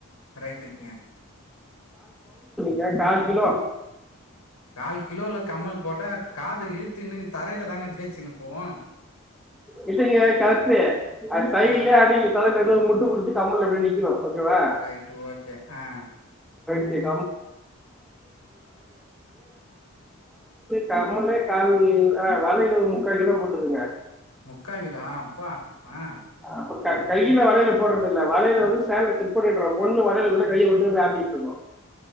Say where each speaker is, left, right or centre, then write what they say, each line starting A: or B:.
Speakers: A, on the left; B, in the centre.
A: ரைட்டுங்க
B: கா காள் கிலோ
A: கால் கிலோல கம்மல் போட்டா காதை இழுத்துன்னு தரையில தாங்க தேச்சுன்னு போவோம்
B: இல்லைங்க கரெக்டு அது சைட்லயே
A: அஹ
B: அடங்கி முட்டு குடுத்து கம்பல் அப்டியே நிக்கணும் ஓகேவா
A: ரைட்டு ஓகே ஆஹ்
B: <unintelligible> கமளே கால் ஆஹ் வலையில ஒரு முக்கால் கிலோ போட்டுக்குங்க
A: முக்காகிலா ஆ அப்பா ஹான்
B: அப்ப கையில வலையல போடுறதில்ல வலையல வந்து சேல பொண்ணு வரையல உள்ளள்ள கையை விட்டு அப்படிட்டு